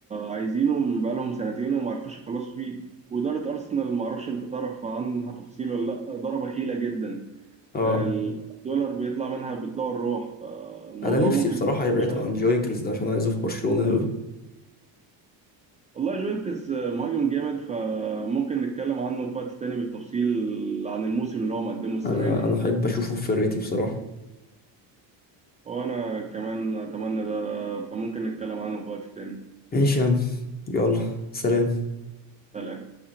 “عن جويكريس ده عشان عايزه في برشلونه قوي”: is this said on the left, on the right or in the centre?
Left